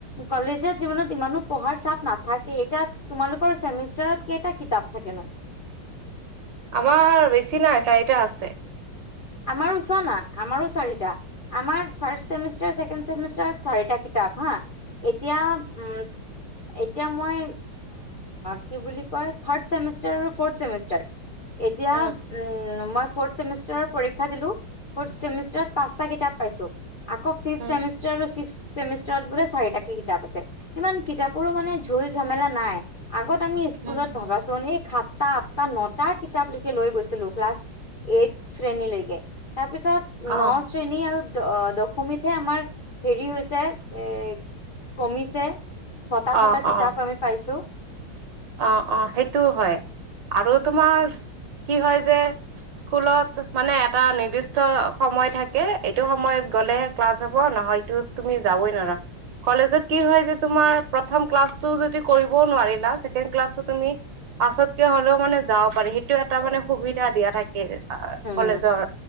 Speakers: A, on the left; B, on the right.
A: কলেজৰ জিৱনত ইমানো পঢ়াৰ চাপ নাথাকে এতিয়া তোমালোকৰ চছেমেষ্টাৰত কেইটা কিতাপ থাকে ক নো
B: আমাৰ বেছি নাই চাৰিটা আছে
A: আমাৰ চ না আমাৰো চাৰিটা আমাৰ ফাৰ্ষট চছেমিষ্টাৰছেকেডছেমষ্টাৰ চাৰিটা কিতাপ হা এতিয়া উম এতিয়া মই কি বুলি কয় থাৰডেমষ্টাৰ আৰু ফৰ্ষ্ট এতিয়া
B: উম
A: উ মই ফেমষ্টাৰ ষ্টাৰচটা পছোষ্টাৰ
B: উম
A: চেমিষ্টাৰত বোলে চাৰিটাকে কিতাপ আছে ইমান কিতাপৰো মানে ঝোল ঝমেলা নাই আগত আমি স্কুলত
B: উম
A: ভাবাচোন
B: উম
A: এই খ তাত তাত নটা কিতাপলৈকে লৈ গৈছিলো ক্লাছ এইট শ্ৰেণীলৈকে তাৰপিছত
B: অ
A: ন শ্ৰেণী আৰু দশমীতহে আমাৰ হেৰি হৈছে এ কমিছে ছটা
B: অ
A: ছটা কিতাপ
B: অ
A: আমি পাইছো
B: অ অ সেইটোও হয় আৰু তোমাৰ কি হয় যে স্কুলত মানে এটা নিৰ্দিষ্ট সময় থাকে এইটো সময়ত গলেহে ক্লাছ হব ন হয়তো তুমি যাবই নোৱাৰা কলেজত কি হয় যে তোমাৰ প্ৰথম ক্লাছটো যদি কৰিবও নোৱাৰিলা তুমি পাছত কিয় হলেও মানে যাব পাৰি সেইটো এটা মানে সুবিধা দিয়া থাকে
A: উম
B: কলেজৰ